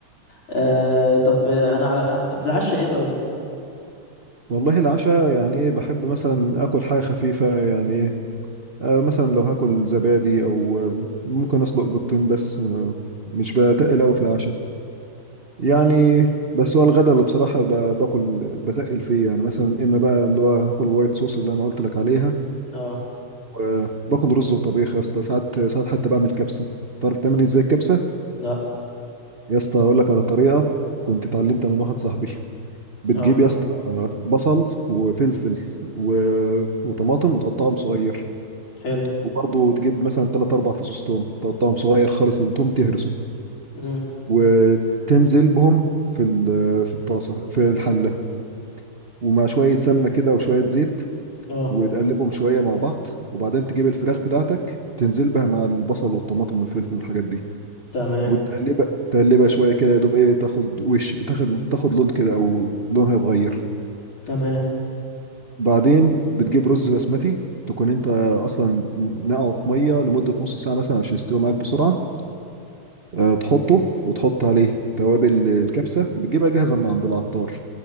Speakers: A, on the left; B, on the right.
A: آه طب انا على انت بتتعشى ايه طيب
B: والله العشاء يعني ايه بحب مثلا اكل حاجة خفيفة يعني إيه، آه، مثلا لو هاكل زبادي او آه، ممكن اسلق بيضتين بس آه، مش بتقل قوي في العشاء يعني
A: مم.
B: بس هو الغدا اللي بصراحة ب- باكل بتقل فيه يعني مثلا اما بقى اللي هو هاكل وايت صوص اللي انا قلت لك عليها
A: اه
B: وباكل رز وطبيخ يا اسطى ساعات ساعات حتى بعمل كبسة تعرف تعمل ازاي الكبسة
A: لا
B: يا اسطى اقول لك على طريقة كنت اتعلمتها من واحد صاحبي بتجيب
A: اه
B: يا اسطى بصل وفلفل و... وطماطم وتقطعهم صغير
A: حلو
B: وبرضه تجيب مثلا تلات أربع فصوص توم تقطعهم صغير خالص التوم تهرسه
A: مم.
B: وتنزل بهم في ال- في الطاسة في الحلة ومع شوية سمنة كده وشوية زيت
A: اه
B: وتقلبهم شوية مع بعض وبعدين تجيب الفراخ بتاعتك تنزل بها مع البصل والطماطم والفلفل والحاجات دي
A: تمام
B: وتقلبها تقلبها شوية كده يا دوب ايه تاخد وش تاخد تاخد لون كده أو لونها يتغير
A: تمام
B: بعدين بتجيب رز بسمتي تكون انت اصلا نقعه في ميه لمده نص ساعه مثلا عشان يستوي معاك بسرعه آه، تحطه وتحط عليه توابل الكبسة بتجيبها جاهزة من عند العطار